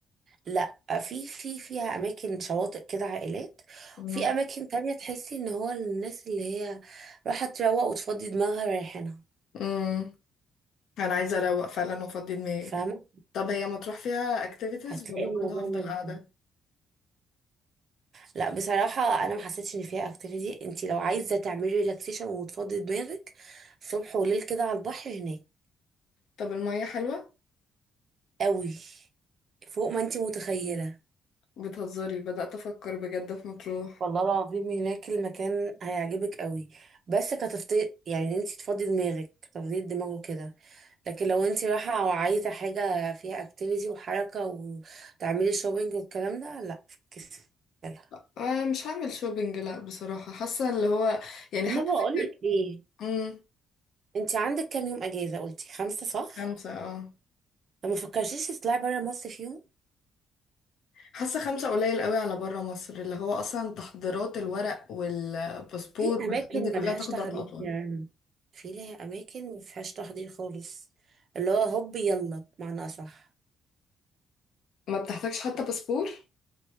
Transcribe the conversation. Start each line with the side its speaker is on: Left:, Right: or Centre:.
Right: لا في في فيها اماكن شواطئ كده عائلات
Left: مم.
Right: وفي اماكن تانية تحسي ان هو الناس اللي هي رايحة تروق وتفضي دماغها رايحينها
Left: مم. انا عايزه اروق فعلا وافضي دماغي
Right: فاهمة
Left: طب هي مطروح فيها اكتيفيتيز
Right: هتلاقي
Left: ولا
Right: الموضوع
Left: برضه هفضل
Right: لذيذ
Left: قاعده
Right: لا بصراحة انا ما حسيتش ان فيها اكتيفيتي انت لو عايزة تعملي ريلاكسيشن وتفضي دماغك صبح وليل كده على البحر هناك
Left: طب الميه حلوه
Right: قوي فوق ما انت متخيلة
Left: بتهزري بدات افكر بجد في مطروح
Right: والله العظيم هناك المكان هيعجبك قوي بس كتفضيل يعني انت تفضي دماغك تفضي الدماغ وكده لكن لو انت رايحة او عايزة حاجة فيها اكتيفيتي وحركة وتعملي شوبينج والكلام ده لا فكسلها
Left: آه، مش هعمل شوبينج لا بصراحة حاسة اللي هو يعني
Right: طب
Left: حتى
Right: ما بقولك
Left: فكرة
Right: ايه
Left: امم
Right: انت عندك كام يوم اجازة قلتي خمسة صح؟
Left: خمسة اه
Right: طب ما فكرتيش تطلعي برا مصر فيهم؟
Left: حاسة خمسة قليل قوي على برا مصر اللي هو أصلا تحضيرات الورق والباسبور
Right: في اماكن
Left: والحاجات دي كلها
Right: ملهاش
Left: تاخد
Right: تحضير
Left: وقت أطول
Right: يعني في ليها اماكن مفيهاش تحضير خالص اللي هو هوب يلا بمعنى اصح
Left: ما بتحتاجش حتى باسبور